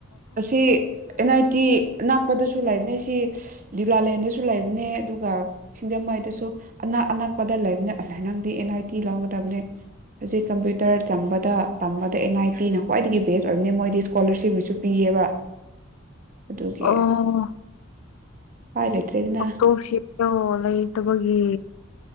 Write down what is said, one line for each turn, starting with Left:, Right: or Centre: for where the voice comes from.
Right: ꯑꯁꯤ ꯑꯦꯟ ꯑꯥꯏ ꯇꯤ ꯑꯅꯛꯄꯗꯁꯨ ꯂꯩꯕꯅꯦ ꯁꯤ ꯗꯨꯂꯥꯂꯦꯟꯗꯁꯨ ꯂꯩꯕꯅꯦ ꯑꯗꯨꯒ ꯁꯤꯡꯖꯃꯩꯗꯁꯨ ꯑꯅꯛ ꯑꯅꯛꯄꯗ ꯂꯩꯕꯅꯦ ꯅꯪꯗꯤ ꯑꯦꯟ ꯑꯥꯏ ꯇꯤ ꯂꯧꯒꯗꯕꯅꯦ ꯍꯧꯖꯤꯛ ꯀꯝꯄ꯭ꯌꯨꯇꯔ ꯇꯝꯕꯗ ꯑꯦꯟ ꯑꯥꯏ ꯇꯤꯅ ꯈ꯭ꯋꯥꯏꯗꯒꯤ ꯕꯦꯁ ꯑꯣꯏꯕꯅꯤ ꯃꯣꯏꯗꯤ ꯏꯁꯀꯣꯂꯔꯁꯤꯞꯁꯨ ꯄꯤꯌꯦꯕ ꯑꯗꯨꯒꯤ
Left: ꯑꯣ
Right: ꯎꯄꯥꯏ ꯂꯩꯇ꯭ꯔꯦꯗꯅ
Left: ꯑꯣꯇꯣ ꯁꯦꯜꯗꯣ ꯂꯩꯇꯕꯒꯤ